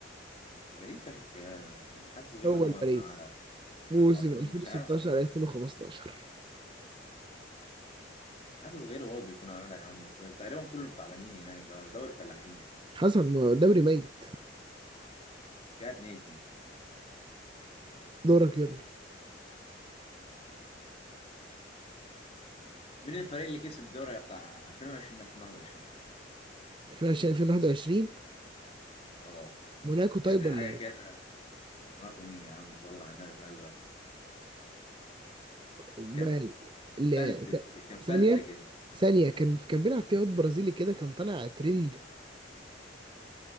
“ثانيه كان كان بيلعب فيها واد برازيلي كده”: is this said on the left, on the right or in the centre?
Right